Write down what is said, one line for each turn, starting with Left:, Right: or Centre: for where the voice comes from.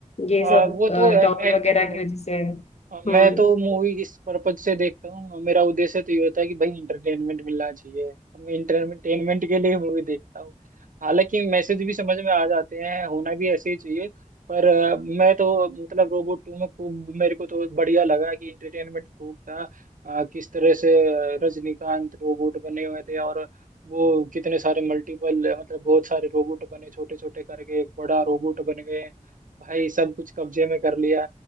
Left: ये
Right: और
Left: सब
Right: वो तो है,
Left: टावर
Right: मैं
Left: वगैरह
Right: देखो
Left: की वजह से हम्म
Right: अब मैं तो मूवी इस पर्पज से देखता हूँ मेरा उद्देश्य तो ये होता है कि भाई इंटरटेनमेंट मिलना चाहिए अब मैं इंटरटेनमेंट के लिए मूवी देखता हूँ हालांकि मैसेज भी समझ में आ जाते हैं होना भी ऐसे ही चाहिए पर अ, मैं तो मतलब रोबोट टू में खूब मेरे को तो बढ़िया लगा कि इंटरटेनमेंट खूब था अ, किस तरह से अ, रजनीकांत रोबोट बने हुए थे और वो कितने सारे मल्टीपल मतलब बहुत सारे रोबोट बने छोटे छोटे करके एक बड़ा रोबोट बन गए भाई सब कुछ कब्जे में कर लिया